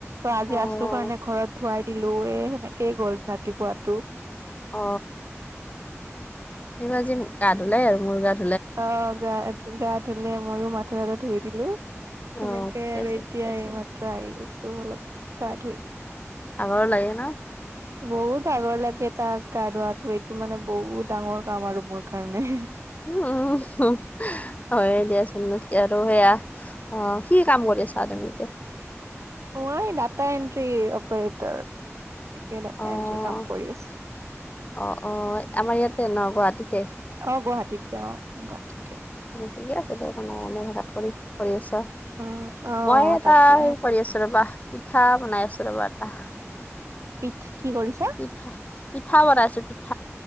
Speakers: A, on the right; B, on the left.
A: ত আজি
B: অ',
A: আছো কাৰণে ঘৰত ধুৱাই দিলো এই সেনেকেই গ'ল ৰাতিপুৱটো।
B: অ, সিওঁ আজি গা ধুলে মোৰ গাত
A: অ গা গা ধুলে। ময়ো মাথা চাঠা ধুই দিলো। সেনেকে
B: অ', ঠিকে
A: আৰু
B: আছে
A: এতিয়া
B: ঠিকে আছে
A: এইমাত্ৰ আহি গৈছোঁ অলপ গা ধুই।
B: ভাগৰো লাগে ন?
A: বহুত ভাগৰ লাগে তাক গা ধোৱাটো, এইটো মানে বহুত ডাঙৰ কাম আৰু মোৰ কাৰণে।
B: উ হুম হয় দিয়া চোন। উন্নতি আৰু সেয়া। অ কি কাম কৰি আছা তুমি এতিয়া?
A: মই ডাটা এন্ট্ৰি অপাৰেটৰ। তাকে ডাটা
B: অ',
A: এণ্ট্ৰি কাম কৰি আছোঁ।
B: অ অ আমাৰ ইয়াতে না গুৱাহাটীতে?
A: অ গুৱাহাটীতে অ গুৱাহাটীতে।
B: ঠিকে আছে তো এনোত কৰি কৰি আছা,
A: উম অ
B: মই এটা
A: তাকে
B: সেই কৰি আছোঁ। ৰবা পিঠা বনাই আছো ৰ'বা এটা।
A: পিঠ কি কৰিছা?
B: পিঠা পিঠা বনাইছো পিঠ।,